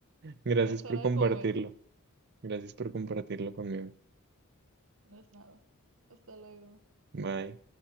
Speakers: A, on the right; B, on the right.
A: Gracias
B: Ya es hora
A: por
B: de
A: compartirlo.
B: comer.
A: Gracias por compartirlo conmigo.
B: No es nada. Hasta luego.
A: Bye.